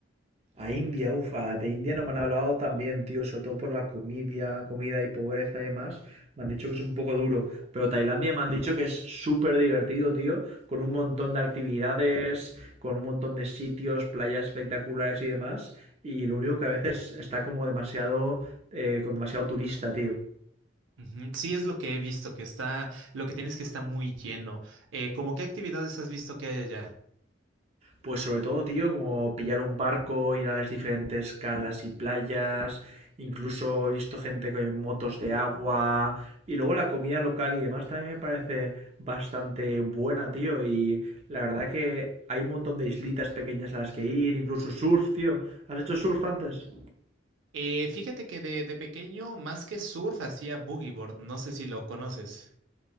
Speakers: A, on the right; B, on the right.
A: A India, ufa, de India no me han hablado tan bien, tío, sobre todo por la comida, comida y pobreza y demás. Me han dicho que es un poco duro, pero Tailandia me han dicho que es súper divertido, tío, con un montón de actividades, con un montón de sitios, playas espectaculares y demás. Y lo único que a veces está como demasiado, eh, con demasiado turista, tío.
B: Ujú, Sí, es lo que he visto, que está, lo que tienes que está muy lleno. Eh, ¿cómo qué actividades has visto que hay allá?
A: Pues sobre todo, tío, como pillar un barco, ir a las diferentes calas y playas, incluso he visto gente con motos de agua y luego la comida local y demás también me parece bastante buena, tío, y la verdad que hay un montón de islitas pequeñas a las que ir, incluso surf, tío. ¿Has hecho surf antes?
B: Eh, fíjate que de, de pequeño, más que surf, hacía boogie board. No sé si lo conoces,